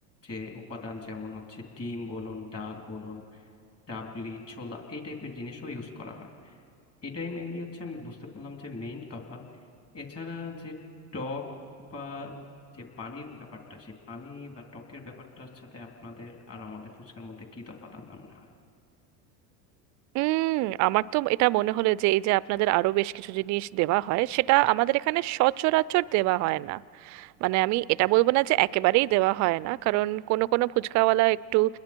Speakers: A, on the left; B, on the right.
A: যে উপাদান যেমন হচ্ছে ডিম বলুন ডাল বলুন ডাবলি ছোলা এই টাইপের জিনিসও ইউজ করা হয় এটাই মেইনলি হচ্ছে আমি বুঝতে পারলাম যে মেইন তফাৎ এছাড়া যে টক বা যে পানির ব্যাপারটা সেই পানি বা টকের ব্যাপারটার সাথে আপনাদের আর আমাদের ফুচকার মধ্যে কি তফাৎ আপনার মনে হয়
B: উম আমার তো এটা মনে হলো যে এই যে আপনাদের আরো বেশ কিছু জিনিস দেওয়া হয় সেটা আমাদের এখানে সচরাচর দেওয়া হয় না মানে আমি এটা বলবো না যে একেবারেই দেওয়া হয় না কারণ কোনো কোনো ফুচকাওয়ালা একটু